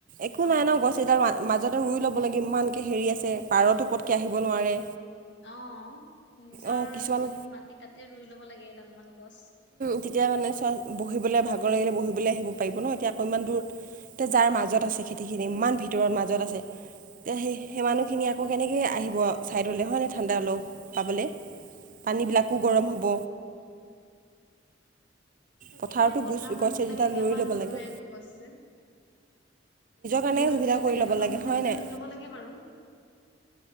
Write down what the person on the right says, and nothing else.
একো
নাই ন' গছ এডাল মাজতে ৰুই ল'ব লাগে ইমানকে হেৰি আছে পাৰতো পটকে আহিব নোৱাৰে।
অঁ কিছুমানত
তেতিয়া মানে চোৱা বহিবলৈ ভাগৰ লাগিলে বহিবলৈ আহিব পাৰিব ন' এতিয়া অকণমান দূৰত তা যাৰ মাজত আছে খেতিখিনি ইমান ভিতৰত মাজত আছে এতিয়া সেই সেই মানুহখিনি আকৌ কেনেকৈে আহিব ছাইডলৈ হয়নে ঠাণ্ডা অলপ। পাবলৈ পানীবিলাকো গৰম হ'ব।
পথাৰতো
গছ
গছ
এজোপা
ৰুই ল'ব
লাগে
কাৰণে
সুবিধা
কৰি
ল'ব লাগে
হয়
নাই